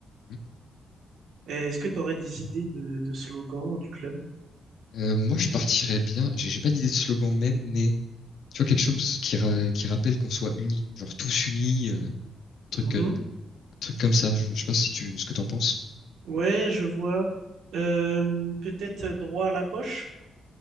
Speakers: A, on the left; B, on the right.
A: Hum.
B: Est-ce que tu aurais des idées de, de slogans du club?
A: Euh, moi, je partirais bien, j'ai j'ai pas d'idée de slogan même, mais tu vois, quelque chose qui, ra- qui rappelle qu'on soit unis. Genre tous unis, euh, truc,
B: Mhm.
A: euh, truc comme ça. Je, je sais pas si tu, ce que t'en penses.
B: Ouais, je vois. Euh, peut-être droit à la poche,